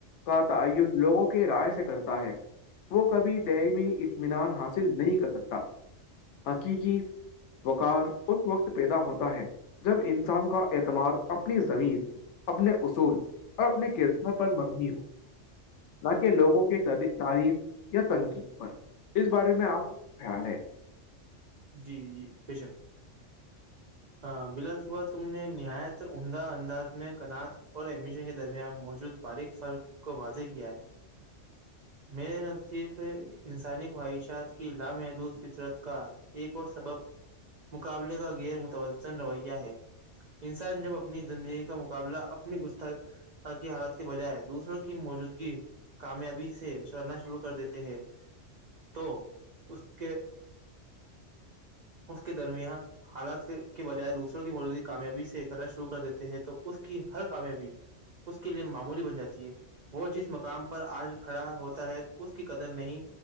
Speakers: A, on the left; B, on the right.
A: کا تعین لوگوں کے رائے سے کرتا ہے وہ کبھی دائمی اطمینان حاصل نہیں کر سکتا حقیقی وقار اس وقت پیدا ہوتا ہے جب انسان کا اعتماد اپنی زمیر اپنے اصول اور اپنے کردار پر مبنی ہو نہ کہ لوگوں کی تعریف یا تنقید پر اس بارے میں آپ کا خیال ہے
B: جی جی بےشک ہاں بلاسبا تم نے نہایت عمدہ انداز میں کنات اور ایڈمیشن کے درمیان موجود باریک فرق کو واضح کیا ہے میرے نزدیک انسانی خواہشات کی لامحدود فطرت کا ایک اور سبب مقابلے کا غیر متوجن رویہ ہے انسان جب اپنی زندگی کا مقابلہ اپنی گستا کی حالات کے بجائے دوسروں کی موجودگی کامیابی سے چڑنا شروع کر دیتے ہیں تو اس کے اس کے درمیان حالات کے بجائے دوسروں کی موجودی کامیابی سے کرنا شروع کر دیتے ہیں تو اس کی ہر کامیابی اس کے لیے معمولی بن جاتی ہے وہ جس مقام پر آج کھڑا ہوتا ہے اس کی قدر نہیں